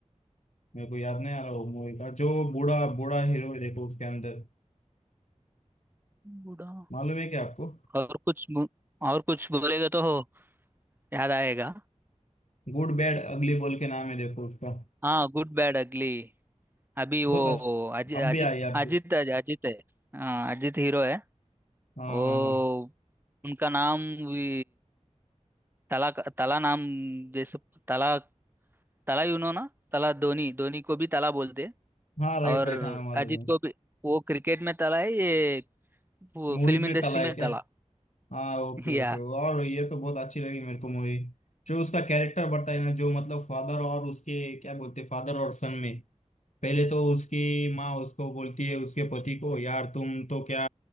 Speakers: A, on the left (about 70°); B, on the right (about 15°).
A: मेरे को याद नहीं आ रहा वो मूवी का जो बूढ़ा बूढ़ा हीरो है देखो उसके अंदर
B: बूढ़ा
A: मालूम है क्या आपको
B: और कुछ बो- और कुछ बोलेगा तो हो याद आएगा
A: गुड बैड अगली बोल के नाम है देखो उसका
B: हाँ गुड बैड अगली अभी वो
A: बहुत अच्छ-
B: अजि,
A: अब
B: अजित
A: भी आई आप
B: अजित है- अजित है हाँ अजित हीरो है
A: हाँ
B: वो
A: हाँ हाँ
B: उनका नाम भी तला तला नाम जैसे तला तला यू नो ना तला धोनी धोनी को भी तला बोलते हैं
A: हाँ राइट
B: और
A: राइट हाँ right, right, हाँ, मालूम
B: अजित
A: है
B: को भी वो क्रिकेट में तला है ये वो
A: मूवीज
B: फिल्म
A: में
B: इंडस्ट्री
A: तला है
B: में
A: क्या
B: तला
A: हाँ ओके
B: <laughs> या
A: ओके और ये तो बहुत अच्छी लगी मेरे को मूवी जो उसका कैरेक्टर बताया ना जो मतलब फादर और उसके क्या बोलते फादर और सन में पहले तो उसकी माँ उसको बोलती है उसके पति को यार तुम तो क्या